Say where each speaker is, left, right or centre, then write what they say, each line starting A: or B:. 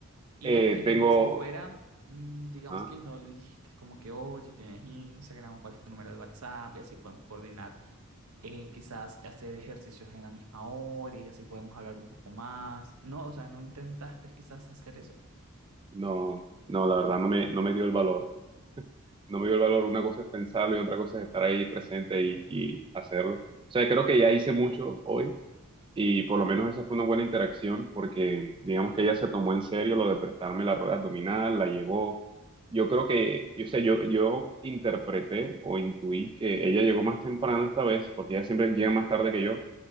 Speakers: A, on the right; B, on the right.
A: Y
B: Eh,
A: antes
B: tengo,
A: de que se fuera, mm, digamos
B: ajá,
A: que no le dijiste como que, oye, tienes Instagram, cuál es tu número de WhatsApp y así podemos coordinar eh, quizás hacer ejercicios en la misma hora y así podemos hablar un poco más. No, o sea, no intentaste quizás hacer eso.
B: no, no, la verdad no me, no me dio el valor. No me dio el valor. Una cosa es pensarlo y otra cosa es estar ahí presente y, y hacerlo. O sea, creo que ya hice mucho hoy y por lo menos esa fue una buena interacción porque digamos que ella se tomó en serio lo de prestarme la rueda abdominal, la llevó. Yo creo que, yo sé, yo, yo interpreté o intuí que ella llegó más temprano esta vez porque ella siempre llega más tarde que yo